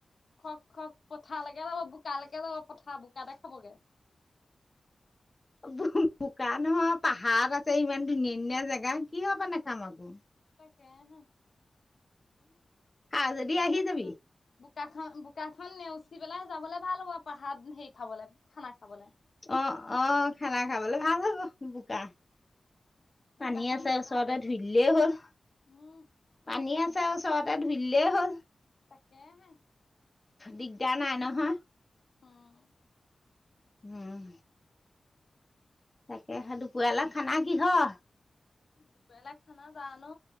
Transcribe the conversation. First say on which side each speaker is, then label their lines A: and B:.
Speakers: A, on the left; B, on the left.
A: খক খক পঠাৰলৈকে যাব বোকালৈকে যাব পঠা বোকাতে খাবগে। <inaudible>
B: বোকা নহয় পাহাৰত আছে ইমান ধুনীয়া-ধুনীয়া জেগা কিহৰ কাৰনে খাম আকৌ।
A: <unintelligible>
B: খা যদি আহি
A: যত
B: যাবি।
A: বোকাখন, বোকাখন নেওচি পেলাই যাবলৈ ভাল হ'ব পাহাৰত হেৰি খাবলৈ -খানা খাবলে।
B: অ, অ খানা খাবলৈ ভাল হ'ব বোকা।
A: বোকাখন
B: পানী আছে ওচৰতে
A: পাৰ হৈ হৈ
B: ধুইদিলেই হ'ল,
A: উম একদম
B: পানী আছে ওচৰতে ধুই দিলে হ'ল।
A: তাকে হে।
B: দিগদাৰ নাই নহয়।
A: উম।
B: উম। তাকে সে দুপৰীয়ালে খানা কিহৰ?
A: দুপৰীয়ালে খানা জানো